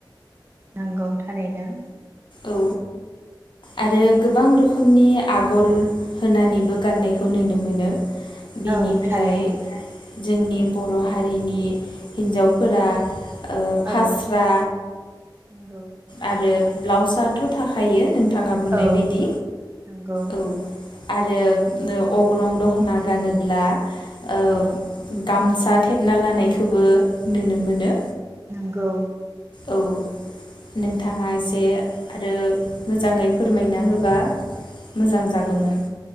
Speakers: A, on the right; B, on the left.
A: नोंगौ थारैनो।
B: औ आरो गोबां रोखोमनि आगर होनानैबो गाननायखौ नोनो मोनो। बिनिफ्राय
A: औ थारैनो।
B: जोंनि बर' हारिनि हिन्जावफोरा ओ फास्रा
A: औ नंगौ
B: आरो ब्लाउस आथ' थाखायो नों नोंथाङा बुंनाय
A: औ
B: बायदि
A: नंगौ
B: औ आरो नो अग्रं दखना गानोब्ला ओ
A: औ
B: गामसा दा थेबना लानायखौबो नुनो मोनो
A: नोंगौ।
B: औ नोंथाङा इसे आरो मोजाङै फोरमायना होबा मोजां जागौमोन।